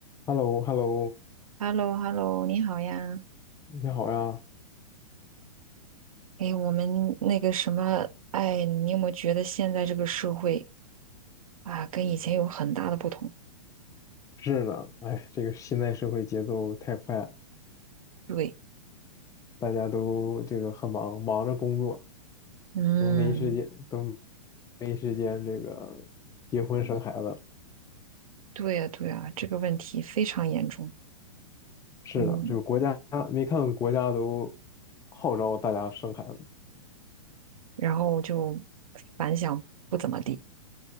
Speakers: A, on the left (about 15°); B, on the right (about 70°).
A: h e l l o h e l l o
B: h e l l o h e l l o 你好呀。
A: 你好呀。
B: 哎，我们那个什么，哎，你有没有觉得现在这个社会啊，跟以前有很大的不同？
A: 是呢，哎，这个现在社会节奏太快了，
B: 对，
A: 大家都这个很忙，忙着工作，
B: 嗯，
A: 都没时间，都没时间这个结婚生孩子。
B: 对呀，对呀，这个问题非常严重。
A: 是呢，
B: 嗯，
A: 这个国家没看国家都号召大家生孩子
B: 然后就反响不怎么地。